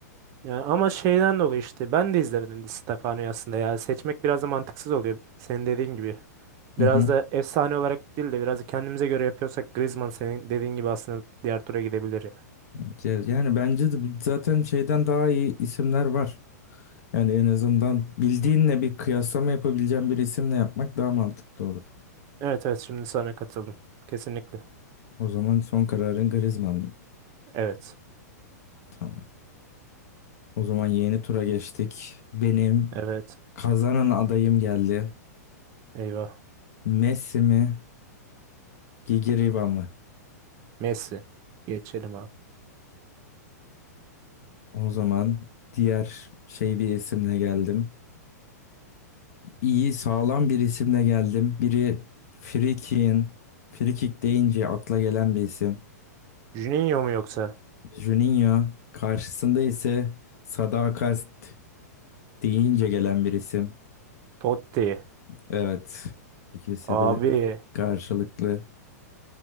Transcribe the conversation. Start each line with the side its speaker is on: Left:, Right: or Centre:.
Right: Yani ama şeyden dolayı işte ben de izlemedim Di Stefano'yu aslında ya. Seçmek biraz da mantıksız oluyor. Senin dediğin gibi. Biraz
Left: Hı hı.
Right: da efsane olarak değil de biraz da kendimize göre yapıyorsak Griezmann senin dediğin gibi aslında diğer tura gidebilir ya.
Left: Evet, ya- Yani bence de bu- zaten şeyden daha iyi isimler var. Yani en azından bildiğinle bir kıyaslama yapabileceğin bir isimle yapmak daha mantıklı olur.
Right: Evet evet şimdi sana katıldım. Kesinlikle.
Left: O zaman son kararın Griezmann.
Right: Evet.
Left: Tamam. O zaman yeni tura geçtik. Benim
Right: Evet.
Left: kazanan adayım geldi.
Right: Eyvah.
Left: Messi mi? Gigiriva mı?
Right: Messi. Geçelim abi.
Left: O zaman diğer şey bir isimle geldim. İyi sağlam bir isimle geldim. Biri Free Kick'in. Free Kick deyince akla gelen bir isim.
Right: Juninho mu yoksa?
Left: Juninho karşısında ise sadakat deyince gelen bir isim.
Right: Totti.
Left: Evet. ikisi
Right: Abi.
Left: de karşılıklı.